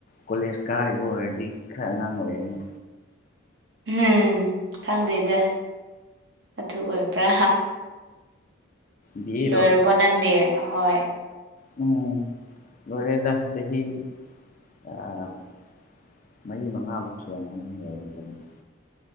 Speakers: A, on the left (about 40°); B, on the right (about 55°).
A: ꯀꯣꯂꯦꯖ ꯀꯥꯔꯤꯕ ꯑꯣꯏꯔꯗꯤ ꯈꯔ ꯑꯉꯥꯡ ꯑꯣꯏꯔꯦꯅꯦ
B: ꯎꯝ ꯈꯪꯗꯦꯗ ꯑꯗꯨ ꯑꯣꯏꯕ꯭ꯔꯥ
A: ꯕꯤ ꯑꯦꯔꯣ
B: ꯂꯣꯏꯔꯕꯣ ꯅꯪꯗꯤ ꯑꯍꯣꯏ
A: ꯎꯝ ꯂꯣꯔꯦꯗ ꯆꯍꯤ <unintelligible> ꯃꯔꯤ ꯃꯉꯥꯃꯨꯛ ꯁꯨꯔꯝꯃꯅꯤ <unintelligible>